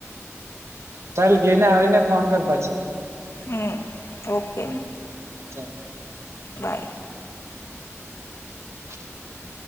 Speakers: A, on the right; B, on the left.
A: ચાલ ગેને આવીને ફોન કર પાછી.
B: હમ. ઓકે
A: હમ ચાલ.
B: બાય.
A: હમ.